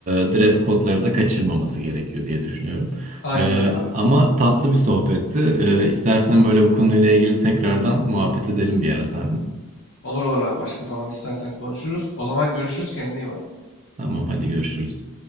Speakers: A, on the right (about 35°); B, on the left (about 55°).
A: e, dress kodları da kaçırmaması gerekiyor diye düşünüyorum.
B: Aynen
A: Ee,
B: öyle abi.
A: ama tatlı bir sohbetti. Ee, istersen böyle bu konuyla ilgili tekrardan muhabbet edelim bir ara seninle.
B: Olur olur abi. Başka zaman istersen konuşuruz. O zaman görüşürüz. Kendine iyi bak.
A: Tamam hadi görüşürüz.